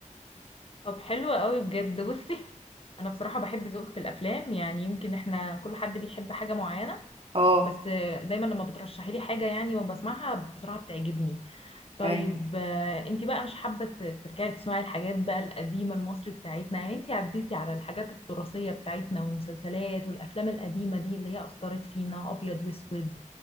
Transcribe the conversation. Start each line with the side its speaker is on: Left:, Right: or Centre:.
Left: طب حلو قوي بجد بصي انا بصراحة بحب ذوقك في الافلام يعني يمكن احنا كل حد بيحب حاجة معينة
Right: <laughs> اه
Left: بس دايما لما بترشحي لي حاجة يعني وبسمعها بصراحة بتعجبني طيب
Right: ايوه
Left: آه، انتي بقى مش حابة ت- ترجعي تسمعي الحاجات بقى القديمة المصري بتاعتنا يعني انتي عديتي على الحاجات التراثية بتاعتنا والمسلسلات والأفلام القديمة دي اللي هي أثرت فينا أبيض وأسود